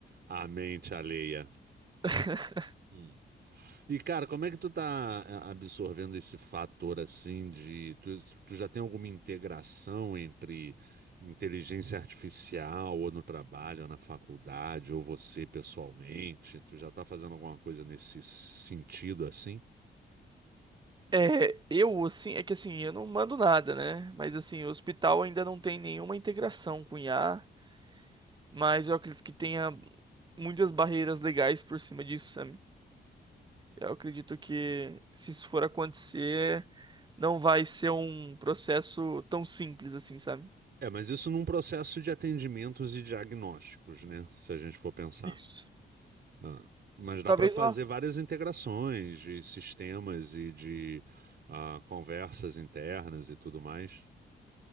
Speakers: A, on the right (about 60°); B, on the right (about 25°).
A: a mente alheia.
B: <laughs>
A: Hum. E, cara, como é que tu tá a- absorvendo esse fator assim de. Tu, tu já tem alguma integração entre inteligência artificial, ou no trabalho, ou na faculdade, ou você pessoalmente? Tu já tá fazendo alguma coisa nesse sentido assim?
B: É, eu, assim, é que assim, eu não mando nada, né? Mas assim, o hospital ainda não tem nenhuma integração com I a mas eu acredito que tenha muitas barreiras legais por cima disso, sabe? Eu acredito que se isso for acontecer, não vai ser um processo tão simples assim, sabe?
A: É, mas isso num processo de atendimentos e diagnósticos, né? Se a gente for pensar.
B: Isso.
A: Ah, mas dá
B: Talvez
A: para fazer
B: lá
A: várias integrações de sistemas e de ah, conversas internas e tudo mais.